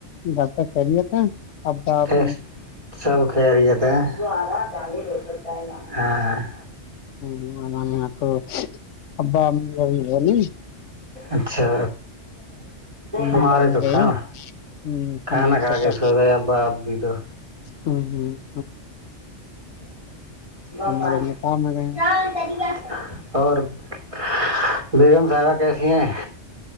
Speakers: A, on the left (about 85°); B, on the right (about 25°).
A: لطہ خہلیت ہیں <unintelligible> امی؟
B: فیک سب خ رہیے ت <unintelligible> ہاں <unintelligible>
A: ہ <inaudible> یہاں تو ابا امی اب بھی ہے نہیں <unintelligible>
B: اچھا ہمارے
A: نکاح میں
B: تو
A: گئے
B: کاانا
A: ہیں
B: کھانانا
A: تو میں نے سوچا
B: کھ کے سو گ ابا آپ بھی تو <unintelligible>
A: ہوں ہوں <unintelligible>
B: بپال
A: ہمارے نے کام میں گئے
B: چتالییک <unintelligible> اور <unintelligible> بیگم صاحبہ <unintelligible> کیسی ہی <unintelligible>